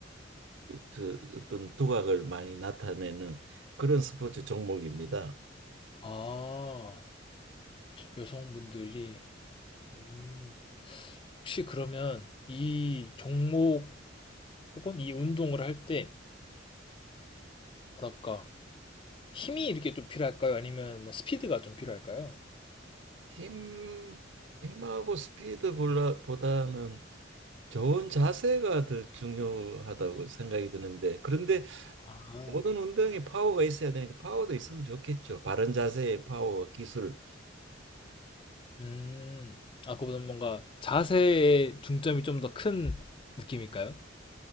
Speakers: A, on the right; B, on the left.
A: 그 어떤 두각을 많이 나타내는 그런 스포츠 종목입니다.
B: 아, 여성분들이, 음, 혹시 그러면 이 종목 혹은 이 운동을 할 때, 뭐랄까 힘이 이렇게 좀 필요할까요? 아니면 뭐 스피드가 좀 필요할까요?
A: 힘, 힘하고 스피드보다는 좋은 자세가 더 중요하다고 생각이 드는데, 그런데
B: 아,
A: 모든 운동에 파워가 있어야 되니까 파워도 있으면 좋겠죠. 바른 자세의 파워, 기술.
B: 음, 아 그보다 뭔가 자세에 중점이 좀 더 큰 느낌일까요?